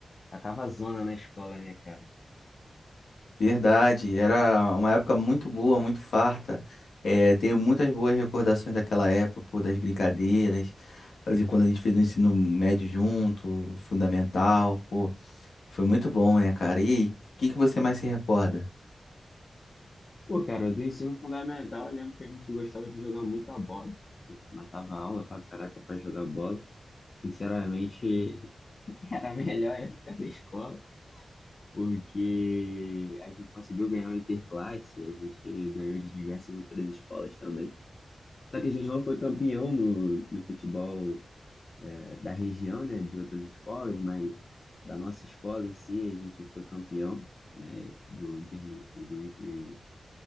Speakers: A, on the left (about 55°); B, on the left (about 85°).
A: tacava zona na escola, né, cara?
B: Verdade, era uma época muito boa, muito farta. É, tenho muitas boas recordações daquela época, pô, das brincadeiras, de quando a gente fez o ensino médio junto, o fundamental, pô. Foi muito bom, né, cara? E aí, o que que você mais se recorda?
A: Pô, cara, do ensino fundamental, eu lembro que a gente gostava de jogar muita bola. A gente matava a aula pra caraca pra jogar bola. Sinceramente, <laughs> era a melhor época da escola. porque a gente conseguiu ganhar o Interclasse, a gente ganhou de diversas outras escolas também. Só que a gente não foi campeão no, no futebol é, da região, né, de outras escolas, mas da nossa escola em si a gente foi campeão, né, do Inter, do Inter...